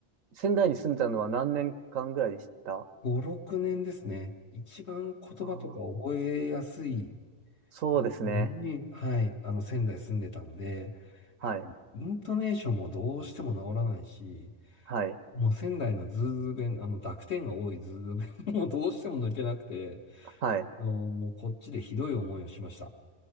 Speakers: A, on the right; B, on the left.
A: 仙台に住んでたのは何年間ぐらいでしたあ
B: <laughs> 5、6年ですね。一番言葉とか覚えやすい
A: ー、そうですね。
B: のに、はい、あの仙台住んでたんで、
A: はい、
B: やっぱイントネーションもどうしても治らないし、
A: はい、
B: もう仙台のズーズー弁、あの濁点が多いズーズー弁 <laughs> もうどうしても抜けなくて、
A: はい。
B: もうもうこっちでひどい思いをしました。